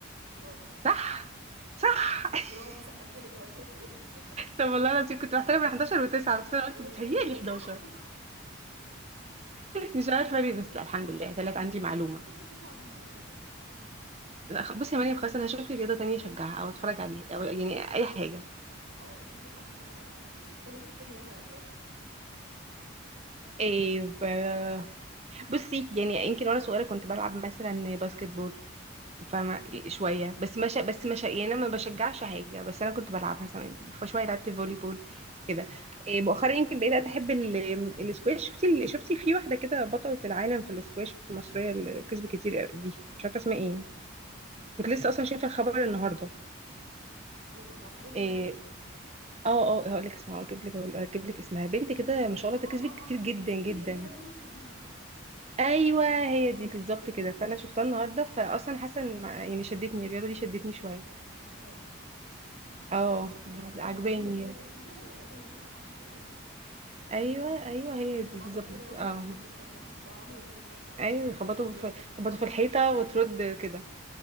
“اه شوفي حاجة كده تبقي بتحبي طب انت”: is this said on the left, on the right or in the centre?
Right